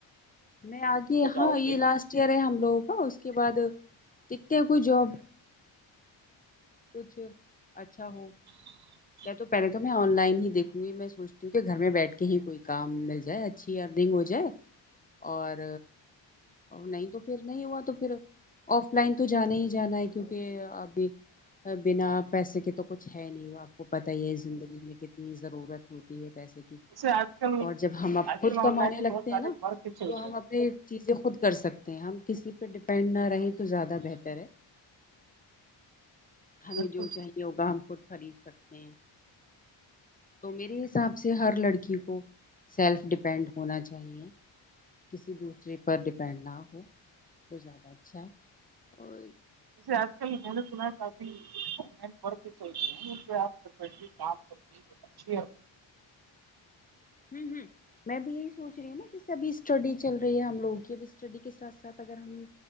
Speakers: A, on the left; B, on the right.
A: میں آگے
B: جاؤ
A: ہاں یہ
B: گے
A: لاسٹ ایئر ہے ہم لوگوں کا اس کے بعد دکھتے ہیں کوئی جاب کچھ اچھا ہو
B: <inaudible>
A: تو پہلے تو میں آن لائن ہی دیکھوں گی میں سوچتی ہوں کہ گھر میں بیٹھ کے ہی کوئی کام مل جائے اچھی ارننگ ہو جائے اور نہیں تو پھر نہیں ہوا تو پھر آف لائن تو جانا ہی جانا ہے کیونکہ ابھی بنا پیسے کے تو کچھ ہے نہیں آپ کو پتہ ہی ہے زندگی میں کتنی ضرورت ہوتی ہے پیسے کی
B: جیسے آج کل
A: اور جب ہمب
B: آج
A: خود
B: کل
A: کمانے
B: آن لائن بھی
A: لگتے
B: بہت سارے
A: ہیں نا
B: ورک چل
A: تو
B: رہے
A: ہم
B: ہیں
A: اپنے چیزیں خود کر سکتے ہیں ہم کسی پہ ڈپینڈ نہ رہیں تو زیادہ بہتر ہے ہمیں
B: بالکل
A: جو چاہیے ہوگا ہم خود خرید سکتے ہیں تو میرے حساب سے ہر لڑکی کو سیلف ڈیپینڈ ہونا چاہیے کسی دوسرے پر ڈیپینڈ نہ ہو تو زیادہ اچھا ہے اور
B: جیے آج کل میں نے سنا آن لائ ورک چل رہی ہیں ان پہ آپ کرھر بیٹھ کے کام کرتی ہیں اچھی ہے
A: ہمم‌ہمم میں بھی یہی سوچ رہی ہوں نا ج ابھی اسٹڈی چل رہی ہے ہم لوگوں کی اب اسٹڈی کے ساتھ ساتھ اگر ہم